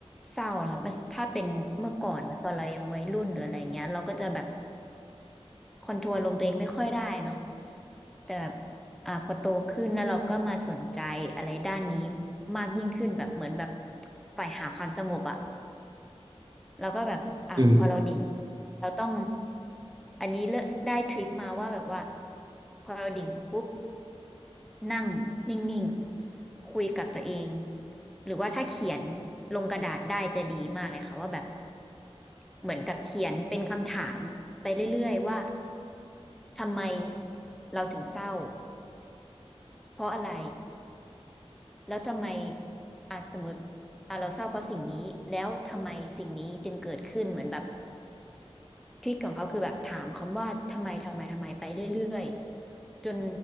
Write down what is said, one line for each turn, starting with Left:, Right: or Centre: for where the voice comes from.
Centre: เศร้านะคะมันถ้าเป็นเมื่อก่อนนะตอนเรายังวัยรุ่นหรืออะไรเงี้ยเราก็จะแบบคอนโทรลลมณ์ตัวเองไม่ค่อยได้เนาะ แต่แบบอ่าพอโตขึ้นแล้วเราก็มาสนใจอะไรด้านนี้มากยิ่งขึ้นแบบเหมือนแบบฝ่ายหาความสงบอ่ะเราก็แบบอ่ะพอเราดิ่ง
Right: อืม
Centre: เราต้องอันนี้เลอะได้ทริคมาว่าแบบว่าพอเราดิ่งปุ๊บนั่งนิ่งๆคุยกับตัวเองหรือว่าถ้าเขียนลงกระดาษได้จะดีมากเลยค่ะว่าแบบเหมือนกับเขียนเป็นคำถามไปเรื่อยๆว่าทำไมเราถึงเศร้า เพราะอะไร แล้วทำไมอาจสมมติอ่ะเราเศร้าเพราะสิ่งนี้แล้วทำไมสิ่งนี้จึงเกิดขึ้นเหมือนแบบทริคของเขาคือแบบถามคำว่าทำไมทำไมทำไมไปเรื่อยๆจน